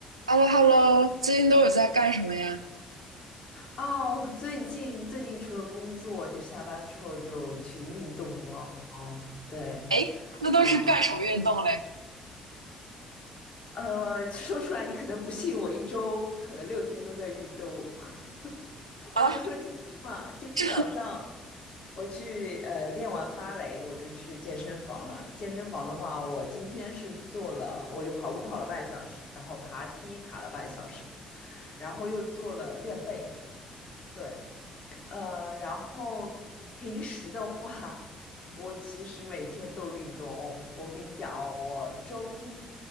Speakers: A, on the right (about 85°); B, on the left (about 45°).
A: h e l l o h e l l o 最近都有在干什么呀？
B: 哦，最近最近除了工作，就下班之后就去运动了。哦，对
A: 哎，那都是干什么运动嘞？
B: 啊，呃，说出来你可能不信，我一周可能六天都在运动。<laughs>
A: 啊，
B: 我就说今天嘛，今天早上
A: 这
B: 我去呃练完芭蕾，我就去健身房了。健身房的话，我今天是做了，我就跑步跑了半小时，然后爬梯爬了半小时，然后又做了练背。对，呃，然后平时的话，我其实每天都运动哦。我跟你讲哦，我周一